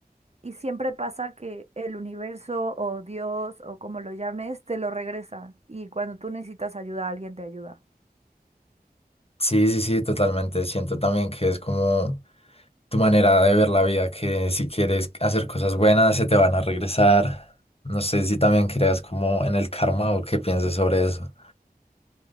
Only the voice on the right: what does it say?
y siempre pasa que el universo o Dios o como lo llames te lo regresa y cuando tú necesitas ayuda alguien te ayuda.